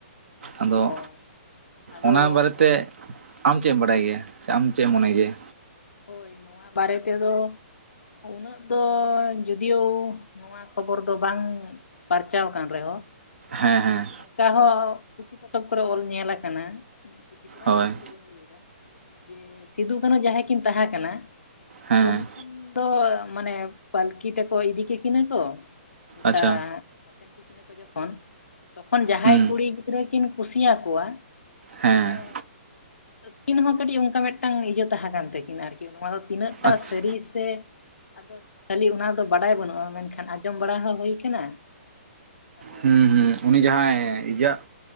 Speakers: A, on the right (about 60°); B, on the left (about 75°).
A: ᱟᱫᱚᱜ
B: ᱚ ᱟᱫᱚ
A: ᱚᱱᱟ ᱵᱟᱨᱮᱛᱮᱜ
B: ᱩᱱ
A: ᱟᱢ ᱪᱮᱜ ᱮᱢ ᱵᱟᱰᱟᱭ ᱜᱮᱭᱟ, ᱥᱮ ᱟᱢ ᱪᱮᱜ ᱮᱢ ᱢᱚᱱᱮ ᱜᱮᱭᱟ?
B: ᱦᱳᱭ ᱱᱚᱣᱟ ᱵᱟᱨᱮ ᱛᱮᱫᱚ, ᱩᱱᱟᱹᱜ ᱫᱚ ᱡᱩᱫᱤᱭᱳ ᱱᱚ ᱱᱚᱣᱟ ᱠᱷᱚᱵᱚᱨ ᱫᱚ ᱵᱟᱝ ᱯᱟᱨᱪᱟᱣ ᱟᱠᱟᱱ ᱨᱮᱦᱚ᱾
A: ᱦᱮᱸ
B: ᱢᱟᱱᱮ
A: ᱦᱮᱸ
B: ᱱᱚᱝᱠᱟ ᱦᱚ ᱯᱩᱛᱷᱤ ᱯᱚᱛᱚᱵ ᱠᱚᱨᱮ ᱚᱞ ᱧᱮᱞ ᱟᱠᱟᱱᱟ, - ᱩᱸ ᱯᱩᱛᱷᱤ ᱠᱚᱨᱮ ᱧᱟᱜ
A: ᱦᱳᱭ
B: ᱧᱩᱛᱩᱢ ᱫᱚ ᱵᱟᱹᱧ ᱞᱟᱹᱭ ᱮᱫᱟ, ᱡᱮ ᱥᱤᱫᱷᱩᱼ ᱠᱟᱹᱱᱦᱩ ᱡᱟᱦᱟᱸᱭ ᱠᱤᱱ ᱛᱟᱦᱮᱸ ᱠᱟᱱᱟ,
A: ᱦᱮᱸ
B: ᱩᱱᱠᱤᱱ ᱫᱚᱻ ᱢᱟᱱᱮ ᱯᱟᱹᱞᱠᱤ ᱛᱮᱠᱚ ᱤᱫᱤ ᱠᱮᱜ ᱠᱤᱱᱟᱹ ᱠᱚ? ᱜᱚᱴᱟ
A: ᱟᱪᱪᱷᱟ
B: ᱟᱥᱮᱱ ᱠᱮᱫ ᱠᱤᱱᱟ ᱠᱚ ᱡᱚᱠᱷᱚᱱ, ᱛᱚᱠᱷᱚᱱ ᱡᱟᱦᱟᱸᱭ
A: ᱦᱩᱸ
B: ᱠᱩᱲᱤ ᱜᱤᱫᱽᱨᱟᱹ ᱠᱤᱱ ᱠᱩᱥᱤ ᱭᱟᱠᱚᱣᱟ,
A: ᱦᱮᱸ
B: ᱢᱟᱱᱮ ᱟᱹᱠᱤᱱ ᱦᱚᱸ ᱠᱟᱹᱴᱤᱡ ᱚᱸᱠᱟ ᱢᱮᱫᱴᱟᱝ ᱤᱭᱟᱹ ᱛᱟᱦᱮᱸ ᱠᱟᱱ ᱛᱟᱹᱠᱤᱱᱟ ᱟᱨᱠᱤ, ᱱᱚᱣᱟ ᱫᱚ ᱛᱤᱱᱟᱹᱜ ᱴᱟᱜ
A: ᱟᱪᱪᱷᱟ
B: ᱥᱟᱹᱨᱤ ᱥᱮ ᱟᱫᱚ ᱠᱷᱟᱹᱞᱤ ᱚᱱᱟ ᱫᱚ ᱵᱟᱰᱟᱭ ᱵᱟᱹᱱᱩᱜ-ᱟ, ᱢᱮᱱᱠᱷᱟᱱ ᱟᱸᱡᱚᱢ ᱵᱟᱲᱟ ᱦᱚᱸ ᱦᱩᱭ ᱠᱟᱱᱟ᱾ ᱟᱫᱚ
A: ᱦᱩᱸ ᱦᱩᱸ, ᱩᱱᱤ
B: ᱱᱚᱣᱟ
A: ᱡᱟᱦᱟᱸᱭ
B: ᱫᱚ
A: ᱤᱡᱟᱜ